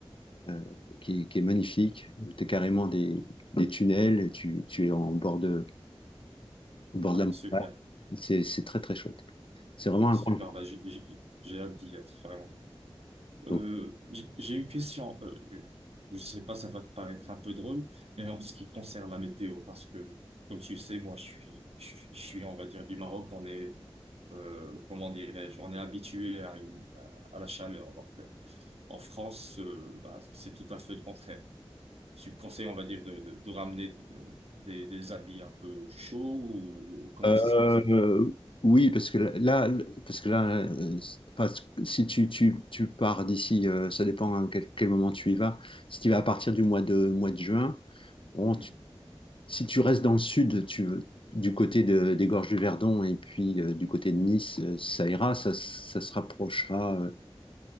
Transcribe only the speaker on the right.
Ah
bah,
super,
super,
bah, j'ai j'ai- j'ai hâte d'y être, vraiment. Euh,
j'ai j'ai une question, euh, je sais pas, ça va te paraître un peu drôle, mais en ce qui concerne la météo, parce que, comme tu le sais, moi, je suis, je, suis, je suis, on va dire, du Maroc, on est, euh, comment dirais-je, on est habitué à, une- à, à la chaleur, alors que en France, euh, bah, c'est tout à fait le contraire. tu me conseilles, on va dire, de, de, de ramener euh, des, des habits un peu chauds ou ou comment
ça se passe?
Hmm.